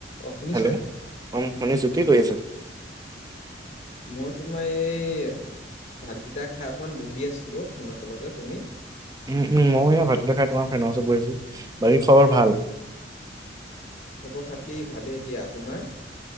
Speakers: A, on the left; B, on the right.
A: অ শুনিছা
B: hello, ' অ শুনিছো। কি কৰি আছা?
A: মই তোমাৰ এই ভাতকেইটা খাই অকমান বহি আছিলো ফেনৰ তলতে। তুমি?
B: উম উম ময়ো এ ভাত কেইটা খায় তোমাৰ ফেনৰ ওচৰত বহি আছো বাকী খবৰ ভাল
A: খবৰ খাতি ভালেই দিয়া তোমাৰ